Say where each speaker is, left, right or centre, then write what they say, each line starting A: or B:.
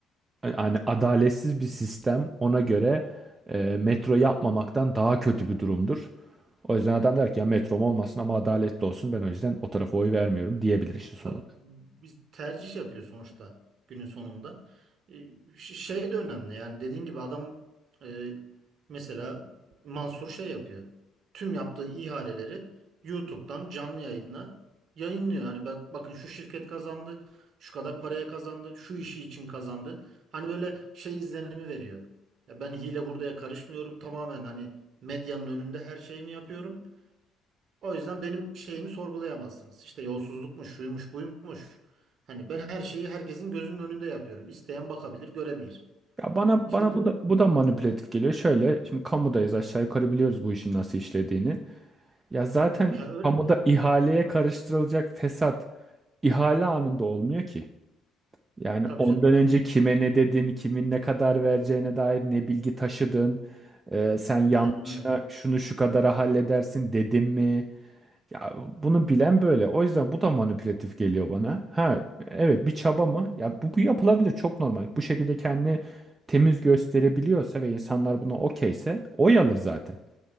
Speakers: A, on the right (about 25°); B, on the right (about 50°).
A: Yani adaletsiz bir sistem ona göre e, metro yapmamaktan daha kötü bir durumdur. O yüzden adam der ki ya metrom olmasın ama adaletli olsun. Ben o yüzden o tarafa oy vermiyorum diyebilir işin sonunda.
B: Tabii biz tercih yapıyor sonuçta günün sonunda. E, ş- Şey de önemli yani dediğin gibi adam e, mesela Mansur şey yapıyor. Tüm yaptığı ihaleleri YouTube'dan canlı yayınla yayınlıyor. Hani bak, bakın şu şirket kazandı, şu kadar paraya kazandı, şu işi için kazandı. Hani böyle şey izlenimi veriyor. Ya ben hile hurdaya karışmıyorum. Tamamen hani medyanın önünde her şeyimi yapıyorum. O yüzden benim şeyimi sorgulayamazsınız. İşte yolsuzlukmuş, şuymuş, buymuş. Hani ben her şeyi herkesin gözünün önünde yapıyorum. İsteyen bakabilir, görebilir.
A: Ya bana
B: Şimdi
A: bana
B: bu
A: bu da bu da manipülatif geliyor. Şöyle şimdi kamudayız aşağı yukarı biliyoruz bu işin nasıl işlediğini. Ya zaten
B: ha, öyle
A: kamuda ihaleye karıştırılacak fesat ihale anında olmuyor ki. Yani
B: tabii
A: ondan
B: canım.
A: önce kime ne dedin, kimin ne kadar vereceğine dair ne bilgi taşıdın, e, sen yanlışına
B: Aynen öyle.
A: şunu şu kadara halledersin dedim mi? Ya bunu bilen böyle. O yüzden bu da manipülatif geliyor bana. Ha evet bir çaba mı? Ya bu, bu yapılabilir çok normal. Bu şekilde kendini temiz gösterebiliyorsa ve insanlar buna okeyse oy alır zaten.